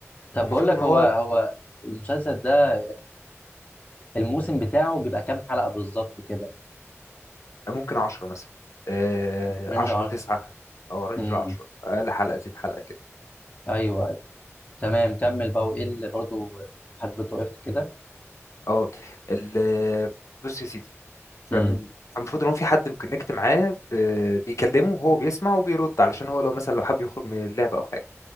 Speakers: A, on the left; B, on the left.
A: طب
B: والمفروض
A: بقول لك
B: ان هو
A: هو هو المسلسل ده الموسم بتاعه بيبقى كام حلقة بالظبط كده
B: ممكن عشرة مثلا آه
A: رينج
B: عشرة
A: 10
B: تسعة أو رينج
A: امم
B: عشرة أقل حلقة دي الحلقة كده
A: ايوه ايوه تمام كمل بقى وايه اللي برضه حد وقفت كده
B: اه ال- بص يا سيدي فمن
A: امم
B: فالمفروض ان هو في حد مكونكت معاه ب- بيكلمه وهو بيسمع وبيرد علشان هو لو مثلا لو حب يخرج من اللعبه او حاجه